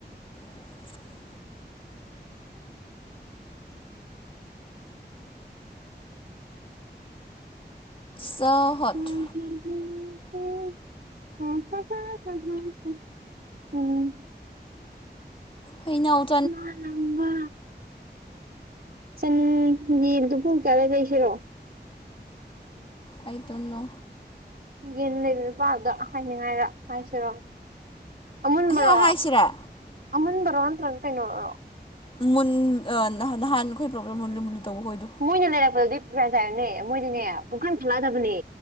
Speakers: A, on the left; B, on the right.
A: <inaudible> ꯆ ꯍꯣꯠ
B: <unintelligible> <inaudible> <inaudible> <unintelligible>
A: ꯊꯩꯅꯧꯠ
B: ꯃꯥꯂꯡꯕ ꯆꯅꯤꯡꯉꯤ ꯌꯦꯟꯗꯨ ꯄꯨꯡ ꯀꯌꯥꯗꯩ ꯂꯩꯁꯤꯔꯣ
A: ꯑꯥꯏ ꯇꯣꯟꯅꯣ
B: ꯌꯦꯟ ꯂꯩꯕ ꯅꯨꯄꯥꯗꯨꯗ ꯍꯥꯏꯅꯤꯡꯉꯥꯏꯔꯥ ꯍꯥꯏꯁꯤꯔꯣ ꯑꯃꯨꯟꯕꯔꯣ
A: ꯑꯁꯦꯡꯕ ꯍꯥꯏꯁꯤꯔꯥ
B: ꯑꯃꯨꯟꯕꯔꯣ ꯅꯠꯇ꯭ꯔꯒ ꯀꯩꯅꯣꯔꯣ
A: ꯃꯨꯟ ꯑꯥ ꯅꯍꯥꯟ ꯅꯍꯥꯟ ꯑꯩꯈꯣꯏ ꯄ꯭ꯔꯣꯕ꯭ꯂꯦꯝ ꯃꯨꯜꯂꯤ ꯃꯨꯜꯂꯤ ꯇꯧꯕ ꯍꯣꯏꯗꯣ
B: ꯃꯣꯏꯅ ꯂꯩꯔꯛꯄꯗꯨꯗꯤ ꯄ꯭ꯔꯦꯟꯁꯥꯏꯔꯝꯅꯦ ꯃꯣꯏꯗꯤꯅꯦ ꯄꯨꯡꯈꯟ ꯈꯜꯂꯛꯑꯗꯕꯅꯦ